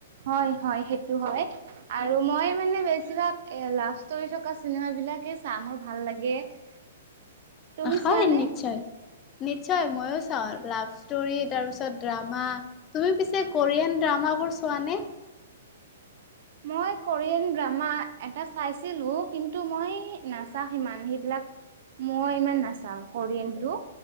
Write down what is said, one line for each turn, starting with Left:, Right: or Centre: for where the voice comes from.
Right: হয় হয়, সেইটো হয়। আৰু মই মানে বেছিভাগ এ লাভ ষ্টৰি থকা চিনেম বিলাকে চাও মোৰ ভাল লাগে। <inaudible>
Left: হয়
Right: চোৱানে?
Left: নিশ্চয়। নিশ্চয় মইয়ো চাওঁ, লাভ ষ্টৰি তাৰপিছত ড্ৰামা। তুমি পিছে কোৰিয়ান ড্ৰামাবোৰ চোৱা নে?
Right: মই কোৰিয়ান ড্ৰামা এটা চাইছিলো, কিন্তু মই নাচাও সিমান সেইবিলাক মই ইমান নাচাওঁ কৰিৰিয়ন টো